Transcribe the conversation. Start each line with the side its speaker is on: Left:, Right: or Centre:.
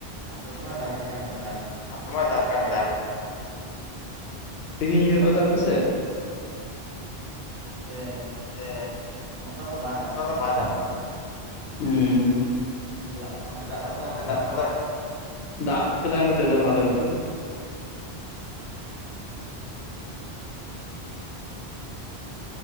Right: ᱟᱠᱚᱭ ᱢᱟᱭ ᱫᱟᱜᱮᱜ ᱠᱟᱱ ᱠᱟᱡᱟᱠ᱾
Left: ᱱᱚᱛᱮ ᱢᱟᱭ <unintelligible> ᱛᱮᱤᱦᱤᱧ ᱧᱤᱫᱟ ᱫᱟᱜ ᱮᱫᱟᱣ ᱟᱯᱮᱥᱮᱫ?
Right: ᱛᱤᱦᱤᱧ ᱧᱤᱫᱟᱹ
Left: ᱧᱤᱫᱟᱹ
Right: ᱚᱱᱠᱟ ᱫᱚ ᱵᱟᱭ ᱫᱟᱜ
Left: ᱚᱱᱠᱟ
Right: ᱟᱠᱟᱫᱟ
Left: ᱫᱚ ᱵᱟᱭ ᱫᱟᱜ ᱟᱫ᱾ ᱦᱩᱸ <unintelligible>
Right: ᱚᱱᱛᱮ ᱫᱟᱜ ᱚᱱᱛᱮ ᱫᱟᱜ ᱠᱟᱫᱟ
Left: ᱱᱚᱛᱮ ᱫᱟᱜ ᱠᱟᱫᱟ? ᱫᱟᱜ ᱠᱮᱫᱟᱭ ᱱᱚᱛᱮᱫ ᱫᱚ ᱵᱷᱟᱞᱮ ᱜᱤ᱾
Right: <unintelligible>